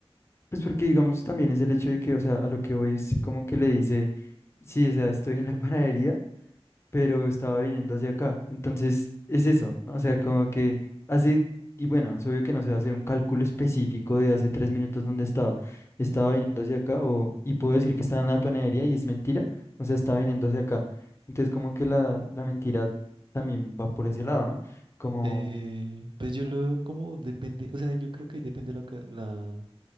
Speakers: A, on the left (about 25°); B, on the right (about 50°).
A: Pues porque digamos también es el hecho de que, o sea, a lo que voy es como que le dice, sí, o sea, estoy en la <laughs> panadería, pero estaba viniendo hacia acá. Entonces, es eso, ¿no? O sea, como que hace, y bueno, es obvio que no se va a hacer un cálculo específico de hace tres minutos dónde estaba. Estaba
B: ujú.
A: viniendo hacia acá, o, y puedo decir que estaba en la panadería y es mentira, o sea, estaba viniendo hacia acá. Entonces, como que la, la mentira también va por ese lado, ¿no? Como,
B: Eh, pues yo lo veo como depende, o sea, yo creo que ahí depende la, ca- la,